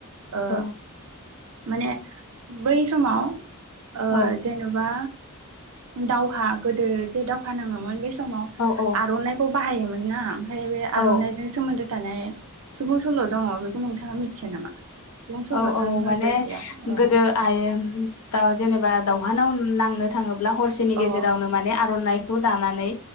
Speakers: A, on the right; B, on the left.
A: ओ
B: औ
A: माने बै समाव ओ
B: औ
A: जेनेबा दावहा गोदो जे दावहा नाङोमोन बेस समाव
B: औ औ
A: आर'न नायखौ बाहायोमोन ना फ्राय बे
B: औ
A: आर'नायजों सोमोन्दो थानाय सुबुं सल' दङ बेखौ नोंथाङा मिथियो नामा? सुबुं सल'थ'
B: औ औ
A: नों होनद्रायजाया
B: माने
A: अ
B: गोदो आयेम दा जेनेबा दावहा नाउ नांनो थाङो ब्ला हरसेनि
A: अ
B: गेजेरावनो माने आर'नाय खौ दानानै